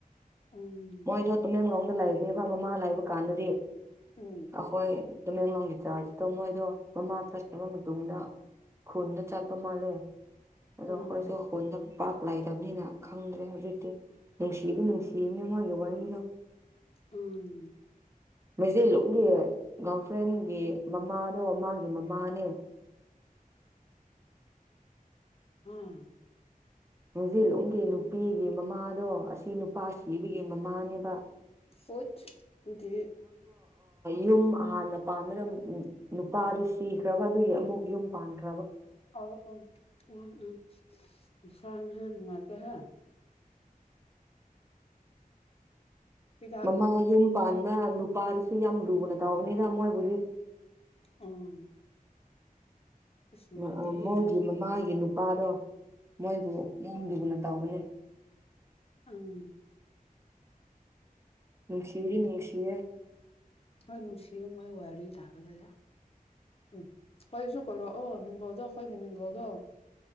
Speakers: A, on the left; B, on the right.
A: ꯎꯝ
B: ꯃꯣꯏꯗ ꯇꯃꯦꯡꯂꯥꯡ ꯂꯩꯕꯅꯦꯕ ꯃꯃꯥ ꯂꯩꯕ ꯀꯥꯟꯗꯗꯤ
A: ꯎꯝ
B: ꯑꯈꯣꯏ ꯇꯃꯦꯡꯂꯣꯡꯒꯤ ꯆꯥꯔꯆꯇ ꯃꯣꯏꯗꯣ ꯃꯃꯥ ꯆꯠꯈ꯭ꯔꯕ ꯃꯇꯨꯡꯗ ꯈꯨꯟꯗ ꯆꯠꯄ ꯃꯥꯂꯦ ꯑꯗꯣ
A: ꯎꯝ
B: ꯑꯈꯣꯏꯁꯨ ꯀꯨꯏꯅ ꯄꯥꯛꯂꯩ ꯅꯤꯅ ꯈꯪꯗ꯭ꯔꯦ ꯍꯧꯖꯤꯛꯇꯤ ꯅꯨꯡꯁꯤꯕ ꯅꯨꯡꯁꯤꯕꯅꯦ ꯃꯣꯏꯒꯤ ꯋꯥꯔꯤꯔꯣ
A: ꯎꯝ
B: ꯃꯩꯖꯂꯨꯡꯒꯤ ꯒꯥꯔꯜ ꯐ꯭ꯔꯦꯟꯒꯤ ꯃꯃꯥꯗꯣ ꯃꯥꯒꯤ ꯃꯃꯥꯅꯦ
A: ꯎꯝ
B: ꯃꯖꯤꯂꯣꯝꯒꯤ ꯅꯨꯄꯤꯒꯤ ꯃꯃꯥꯗꯣ ꯁꯤꯅꯨꯄꯥꯁꯤꯕꯒꯦ ꯃꯃꯥꯅꯦꯅꯕ
A: ꯍꯣꯠ ꯇꯨꯗꯤ
B: ꯌꯨꯝ ꯍꯥꯟꯅ ꯄꯥꯟꯕꯅ ꯅꯨꯄꯥꯗꯨ ꯁꯤꯈ꯭ꯔꯕ ꯑꯗꯨꯒꯤ ꯑꯃꯨꯛ ꯌꯨꯝ ꯄꯥꯟꯈ꯭ꯔ
A: ꯑꯣ ꯑꯣ ꯎꯝ ꯎꯝ ꯏꯁꯥꯅꯦꯍꯦ ꯅꯨꯪꯉꯥꯏꯇꯦ ꯍꯦ ꯍꯤꯗꯥꯛ
B: ꯃꯃꯥ ꯌꯨꯝ ꯄꯥꯟ ꯅꯨꯄꯥꯗꯨꯁꯨ ꯌꯥꯝ ꯂꯨꯅ ꯇꯧꯕꯅꯤꯗ ꯃꯣꯏꯕꯨꯗꯤ
A: ꯎꯝ ꯑꯁ ꯅꯨꯡꯉꯥꯏꯇꯦꯍꯦ
B: ꯃ ꯃꯣꯏꯒꯤ ꯃꯃꯥꯒꯤ ꯅꯨ ꯄꯥꯥꯗꯣ ꯃꯣꯏꯕꯨ
A: ꯎꯝ
B: ꯌꯝꯂꯨꯅ ꯇꯧꯕꯅꯤ
A: ꯑꯝ
B: ꯅꯨꯡꯁꯤꯗꯤ ꯅꯨꯡꯁꯤꯌꯦ
A: ꯍꯣꯏ ꯅꯨꯡꯁꯤꯌꯦ ꯃꯣꯏ ꯋꯥꯔꯤ ꯇꯥꯕꯗꯗꯤ ꯎꯝ ꯑꯩꯈꯣꯏꯁꯨ ꯀꯣꯏꯔꯛꯑꯣ ꯃꯤꯡꯒꯧꯗꯣ ꯑꯩꯈꯣꯏꯒꯤ ꯃꯤꯡꯒꯩꯗꯣ